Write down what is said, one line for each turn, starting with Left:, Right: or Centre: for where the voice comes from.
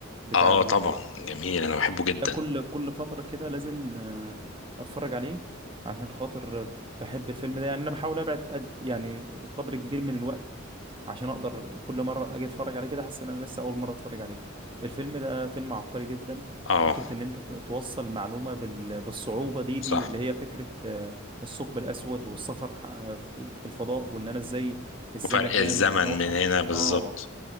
Right: بتاع
Left: اه طبعا جميل انا بحبه جدا
Right: ده كل كل فترة كده لازم آه، اتفرج عليه عشان خاطر بحب الفيلم ده يعني انا بحاول ابعد قد يعني قدر كبير من الوقت عشان اقدر كل مرة اجي اتفرج عليه كده احس ان انا لسه اول مرة اتفرج عليه الفيلم ده فيلم عبقري جدا
Left: اه
Right: فكرة ان انت ت- توصل معلومة بال- بالصعوبة دي
Left: صح
Right: دي اللي هي فكرة آه، الثقب الاسود والسفر آه، في الفضاء وان انا ازاي الزمكان
Left: وفرق الزمن
Right: وان انا اوقف
Left: من هنا بالظبط
Right: اه